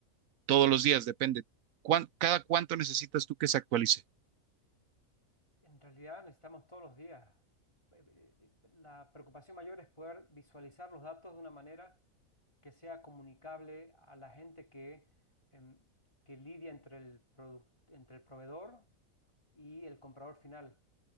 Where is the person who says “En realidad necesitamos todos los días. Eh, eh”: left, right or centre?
Left